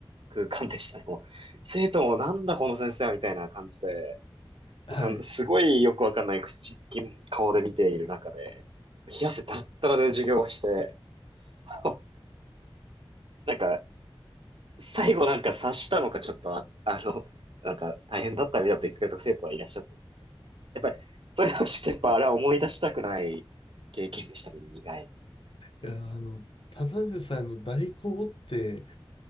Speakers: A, on the right (about 65°); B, on the left (about 65°).
A: 空間でしたね。もう生徒もなんだこの先生はみたいな感じで、
B: <laughs>
A: かんすごいよくわかんない口顔で見ている中で、冷や汗だったらで授業をして、<laughs> なんか、最後なんか察したのかちょっとあ、<laughs> あの、なんか大変だったみたいなこと言ってくれた生徒はいらっしゃった。やっぱり、そういうのを知って、やっぱあれは思い出したくない経験でしたね、苦い。
B: いや、あの、ただでさえの代行って